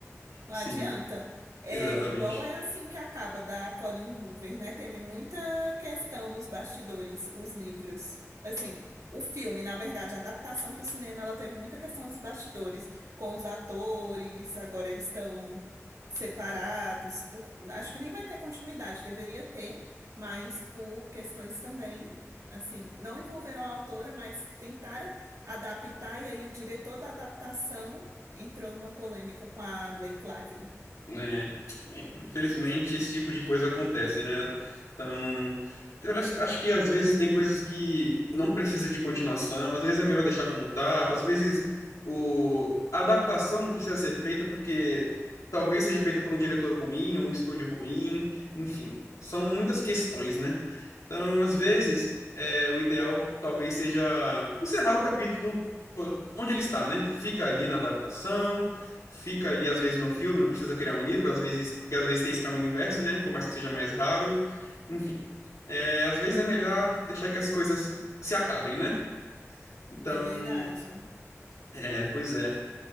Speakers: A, on the right; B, on the left.
A: Não
B: sim.
A: adianta. É
B: Exatamente.
A: igual é assim que acaba da Colin Hoover, né? Teve muita questão nos bastidores, os livros. Assim, o filme, na verdade, a adaptação para o cinema, ela teve muita questão dos bastidores com os atores. Agora eles estão separados por, acho que nem vai ter continuidade, deveria ter, mas por questões também, assim, não envolveram a autora, mas tentaram adaptar e aí o diretor da adaptação entrou numa polêmica com a Blake Lively.
B: né é. Infelizmente, esse tipo de coisa acontece, né? Então, eu acho acho que às vezes tem coisas que não precisa de continuação, às vezes é melhor deixar como tá, às vezes o... a adaptação não precisa ser feita porque talvez seja feita por um diretor ruim ou um estúdio ruim, enfim, são muitas questões, né? Então, às vezes, é, o ideal talvez seja encerrar o capítulo por- onde ele está, né? Fica ali na adaptação fica ali às vezes no filme, não precisa criar um livro, às vezes, porque às vezes tem esse caminho inverso, né? Por mais que seja mais raro. Enfim, é, às vezes é melhor deixar que as coisas se acabem, né? Então,
A: É verdade.
B: é, pois é.